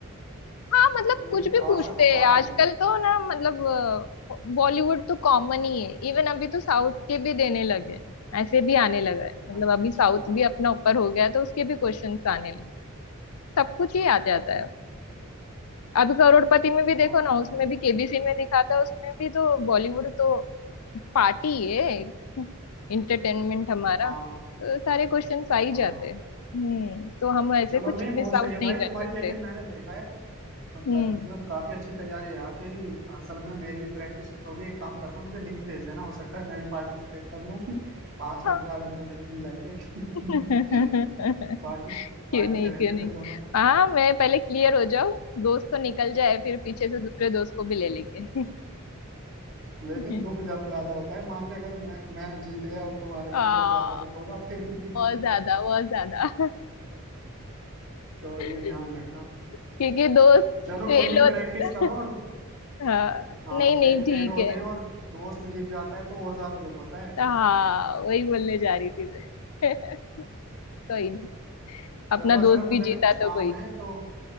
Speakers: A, on the left; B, on the right.
A: हाँ मतलब
B: ये
A: कुछ भी पूछते
B: आ सक
A: हैं
B: आते
A: आजकल
B: हैं
A: तो ना मतलब बॉलीवुड तो कॉमन ही है इवन अभी तो साउथ के भी देने लगे हैं ऐसे भी आने लगा है मतलब
B: अच्छा
A: अभी साउथ भी अपना ऊपर हो गया है, तो उसके भी क्वेश्चंस आने लगे सब कुछ ही आ जाता है अभी करोड़पति में भी
B: हाँ
A: देखो ना
B: तो
A: उसमें भी केबीसी में दिखाता है उसमें भी तो बॉलीवुड तो पार्टी है एक इंटरटेनमेंट हमारा
B: हाँ
A: तो सारे क्वेश्चन आ ही
B: हाँ
A: जाते
B: हाँ
A: हैं हम्म तो हम ऐसे
B: चलो
A: कुछ
B: नहीं
A: मिस
B: बहुत
A: आउट
B: सही है भाई
A: नहीं कर
B: तुम्हारी
A: सकते
B: लेकिन मैंने देखा है और त-
A: हम्म
B: मतलब काफी अच्छी तैयारी है यार तेरी असल में मेरी भी प्रैक्टिस होगी एक काम करना मुझे लिंक भेज देना हो सकता है मैं भी पार्टिसिपेट कर लूँ <laughs> पांच हजार
A: हाँ
B: मुझे भी मिल जाएंगे
A: <laughs>
B: <laughs> पार्टी पार्टी
A: क्यों नहीं
B: करेंगे
A: क्यों नहीं
B: फिर दोनों
A: हाँ मैं पहले क्लियर हो जाऊं दोस्त तो निकल जाए फिर पीछे से दूसरे दोस्त को भी
B: <laughs>
A: ले लेंगे
B: लेकिन
A: <laughs>
B: दुख जब ज्यादा होता है मान ले अगर मैं मैं जीत गया और तू हार
A: आ
B: गई तो ज्यादा दुख होगा फिर <laughs>
A: बहुत ज्यादा बहुत ज्यादा
B: तो ये
A: <laughs>
B: ध्यान रखना
A: क्योंकि दोस्त
B: चलो
A: फेल
B: कोई नहीं
A: होता
B: प्रैक्टिस करो और
A: हाँ
B: हाँ
A: नहीं नहीं
B: फे,
A: ठीक
B: फेल होते
A: है
B: हैं और दोस्त जीत जाता है तो और ज्यादा दुख होता है
A: तो हाँ वही बोलने जा रही थी मैं <laughs> कोई नहीं
B: चलो
A: अपना
B: असल
A: दोस्त
B: में
A: भी
B: मुझे
A: जीता
B: ना कुछ
A: तो
B: काम
A: कोई
B: है तो